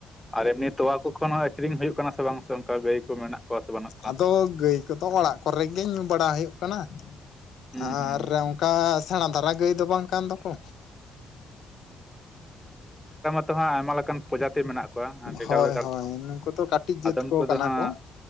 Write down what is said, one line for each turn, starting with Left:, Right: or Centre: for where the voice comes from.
Centre: ᱟᱨ ᱮᱢᱱᱤ ᱛᱚᱣᱟ ᱠᱚ ᱠᱷᱚᱱ ᱦᱚᱸᱚᱸ ᱟᱠᱷᱨᱤᱧ ᱦᱩᱭᱩᱜ ᱠᱟᱱᱟ ᱥᱮ ᱵᱟᱝ ᱥᱮ ᱚᱱᱠᱟ ᱜᱟᱹᱭ ᱠᱚ ᱢᱮᱱᱟᱜ᱾ ᱠᱚᱣᱟ ᱥᱮ ᱵᱟᱹᱱᱩᱜ ᱠᱚᱣᱟ?
Left: ᱟᱫᱚ ᱜᱟᱹᱭ ᱠᱚᱫᱚ ᱚᱲᱟᱜ ᱠᱚᱨᱮ ᱜᱮ ᱧᱩ ᱵᱟᱲᱟ ᱦᱩᱭᱩᱜ ᱠᱟᱱᱟ᱾
Centre: ᱦᱩᱸ
Left: ᱟᱨ
Centre: ᱦᱩᱸ
Left: ᱚᱱᱠᱟ ᱥᱮᱬᱟ ᱫᱷᱟᱨᱟ ᱜᱟᱹᱭ ᱫᱚ ᱵᱟᱝ ᱠᱟᱱ ᱫᱚᱠᱚ᱾
Centre: ᱦ ᱟᱭᱢᱟ ᱞᱮᱠᱟᱱ ᱯᱨᱚᱡᱟᱛᱤ ᱢᱮᱱᱟᱜ ᱠᱚᱣᱟ ᱵᱷᱮᱜᱟᱨ
Left: ᱦᱳᱭ
Centre: ᱵᱷᱮᱜᱟᱨ,
Left: ᱦᱳᱭ ᱱᱩᱠᱩ ᱫᱚ ᱠᱟᱹᱴᱤᱡ ᱡᱟᱹᱛ
Centre: ᱟᱫᱚᱢ
Left: ᱠᱚ
Centre: ᱠᱚᱫᱚ
Left: ᱠᱟᱱᱟ
Centre: ᱦᱟᱸ
Left: ᱠᱚ